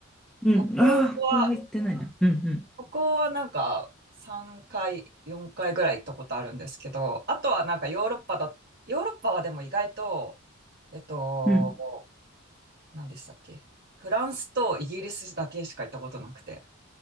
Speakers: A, in the centre; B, on the right (about 50°).
A: うん。
B: 北欧は、
A: ああ、ここは行ってないな。うん
B: 北欧はなんか3回、4回ぐらい行ったことあるんですけど、あとはなんかヨーロッパだ、ヨーロッパはでも意外と、えっと、
A: うん。うん。
B: 何でしたっけフランスとイギリスだけしか行ったことなくて。